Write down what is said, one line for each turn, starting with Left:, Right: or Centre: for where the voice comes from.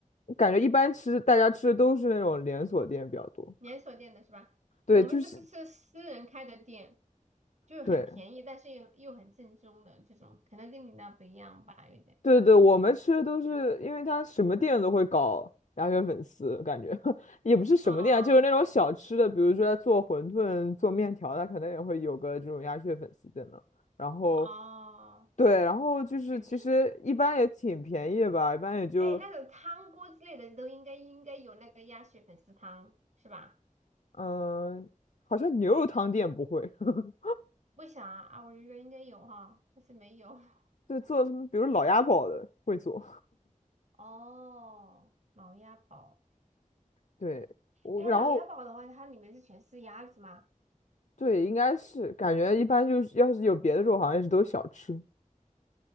Left: 感觉一般吃大家吃的都是那种连锁店比较多，
Right: 连锁店的是吧？
Left: 对，
Right: 我们都是吃私人开的店，
Left: 就是
Right: 就很便宜，
Left: 对，
Right: 但是又又很正宗的这种，可能跟你那不一样吧，有点。
Left: 对对，我们吃的都是，因为他什么店都会搞鸭血粉丝，感觉 <laughs> 也不是什么店啊，
Right: 哦
Left: 就是那种小吃的，比如说他做馄饨、做面条，它可能也会有个这种鸭血粉丝在那。然后，
Right: 哦，
Left: 对，然后就是其实一般也挺便宜的吧，
Right: 肯定。
Left: 一般也就
Right: 哎，那种汤锅之类的都应该应该有那个鸭血粉丝汤是吧？
Left: 嗯，好像牛肉汤店不会，<laughs>
Right: 为啥啊？啊我觉得应该有哈，但是没有。<laughs>
Left: 对，做什么，比如老鸭煲的会做，
Right: 哦，老鸭煲。
Left: 对我，
Right: 哎，
Left: 然后
Right: 老鸭煲的话，它里面是全是鸭子吗？
Left: 对，应该是感觉一般就是要是有别的肉，好像也是都是小吃，